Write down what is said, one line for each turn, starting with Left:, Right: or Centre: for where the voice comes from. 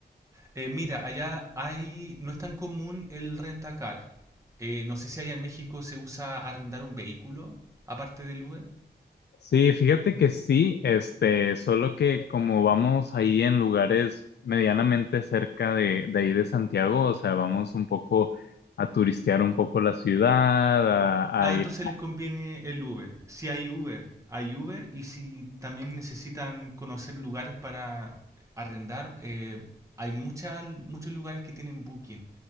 Right: Eh, mira, allá hay, no es tan común el rentacar. Eh, no sé si allá en México se usa arrendar un vehículo, aparte del Uber.
Left: Sí, fíjate que sí, este, solo que como vamos ahí en lugares medianamente cerca de, de ahí de Santiago, o sea, vamos un poco a turistear un poco la ciudad, a,
Right: Ah,
Left: a ir
Right: entonces les conviene el Uber. Si hay Uber, hay Uber. Y si también necesitan conocer lugares para arrendar, eh, hay mucha- muchos lugares que tienen Booking.